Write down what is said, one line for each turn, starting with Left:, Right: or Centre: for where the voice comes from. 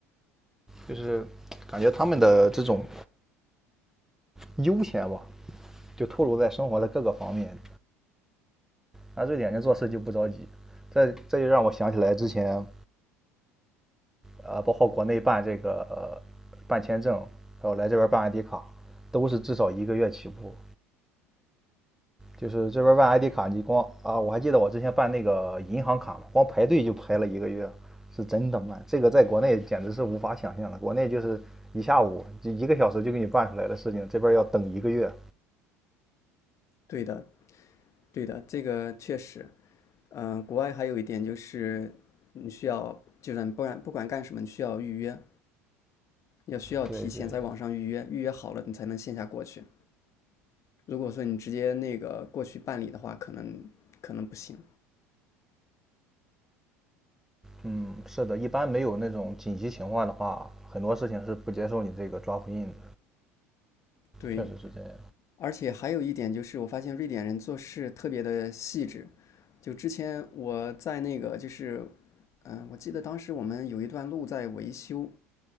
Centre: 就是感觉他们的这种悠闲吧，就透露在生活的各个方面，啊，瑞典人做事就不着急。这这就让我想起来之前啊，呃，包括国内办这个、呃办签证，还有来这边办 ID 卡，都是至少一个月起步。就是这边办 ID 卡，你光啊，我还记得我之前办那个银行卡嘛，光排队就排了一个月，是真的慢。这个在国内简直是无法想象的，国内就是一下午就一个小时就给你办出来的事情，这边要等一个月。
Left: 对的，对的，这个确实，嗯、国外还有一点就是你需要，就是你不管不管干什么，你需要预约，要需要提前在网上预约，
Centre: 对对，
Left: 预约好了你才能线下过去。如果说你直接那个过去办理的话，可能可能不行。
Centre: 嗯，是的，一般没有那种紧急情况的话，很多事情是不接受你这个抓复印的。
Left: 对，
Centre: 确实是这样。
Left: 而且还有一点就是，我发现瑞典人做事特别的细致。就之前我在那个就是，嗯、我记得当时我们有一段路在维修，